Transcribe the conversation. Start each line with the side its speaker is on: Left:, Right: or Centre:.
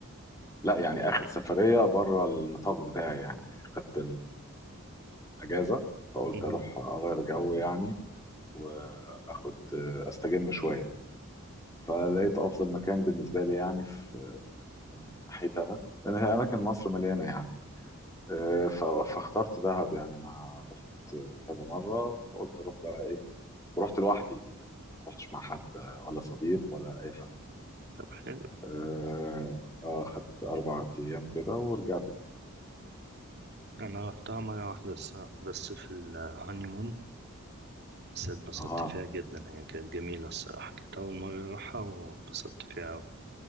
Left: لا يعني آخر سفرية بره النطاق بتاعي يعني خدت الأجازة فقلت
Right: مهم.
Left: أروح أغير جو يعني وآخد آه، أستجم شوية فلقيت
Right: طب
Left: أفضل مكان بالنسبة لي يعني في من ناحيتي أنا لأن هي أماكن مصر مليانة يعني آه، ف- فاخترت دهب يعني أنا رحت كذا مرة فقلت أروح بقى إيه ورحت لوحدي يعني ما رحتش مع حد آه، ولا صديق ولا أي حاجة
Right: طب حلو
Left: اه آه، خدت اربع ايام كده ورجعت تاني
Right: أنا رحتها مرة واحدة الصراحة بس في الهانيمون بس اتبسطت
Left: اه
Right: فيها جدا هي كانت جميلة الصراحة كانت أول مرة أروحها واتبسطت فيها أوي